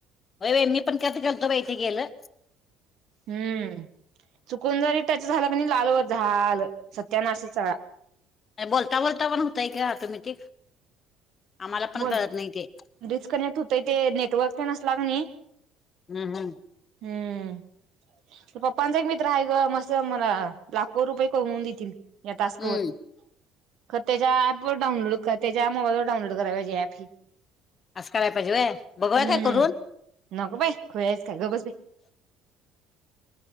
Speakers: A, on the left; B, on the right.
A: होय, मी पण कट केलतो बाइ ते गेलं.
B: हम्म, चुकून जरीटच त्याच झालं प लालवर झाल सत्यानाशच सगळा.
A: बोलता -बोलता पण होतय का ऑटोमेटिक आम्हाला पण
B: बोल
A: कळत नाही ते.
B: डिस्कनेक्ट होतय, ते नेटवर्क पण नसल की नाही.
A: हम्म हम्.
B: हम्म. पप्पांचा एक मित्र आहे ग. मस्त मला लाखो रुपये कमवून देतील. या तास्क
A: हम्म
B: वर ख त्याच्या ऍप वर डाऊनलोड त्याच्या मोबाईल वर डाउनलोड. <inaudible>
A: असं कराय पाहिजे वय बघूया
B: हम्म
A: काय करून.
B: नको बाई खुळी काय ग बस बाई.